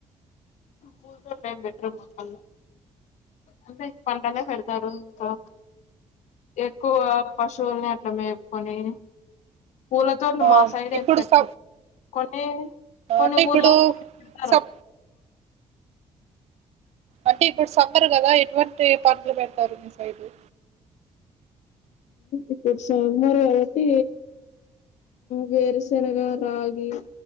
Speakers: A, on the left (about 80°); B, on the right (about 65°).
A: పతు బెటర్ మొక్కలు అంటే పంటనే పెడతారు ఇంకా ఎక్కువ పశువుల్ని అట్లా మేపుకొని పూలతో ను
B: అవును
A: మా సైడ్
B: ఇప్పుడు
A: ఏం పెట్టరు
B: స
A: కొనే కొన్ని
B: అంటే ఇప్పుడు
A: ఊర్లో ఆమ్
B: స అంటే ఇప్పుడు సమ్మరు కదా ఎటువంటి పజ పతారుంది సార్ ఇది
A: ఇప్పుడు సమారు కాబట్టి వేరుశనగా రాగి